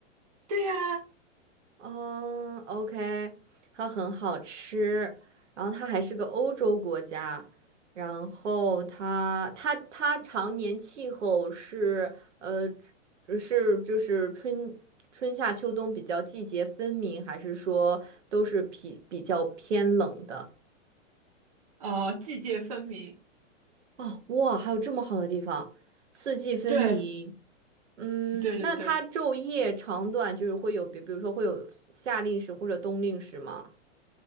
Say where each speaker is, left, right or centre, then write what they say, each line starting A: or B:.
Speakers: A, on the right; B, on the right.
A: 对呀、
B: 嗯，OK，它很好吃。然后它还是个欧洲国家，然后它它它常年气候是呃是就是春春夏秋冬比较季节分明，还是说都是比比较偏冷的？
A: 呃，季节分明。
B: 哦，哇，还有这么好的地方，四季分明。
A: 对，
B: 嗯，
A: 对对对，
B: 那它昼夜长短就是会有，比比如说会有夏令时或者冬令时吗？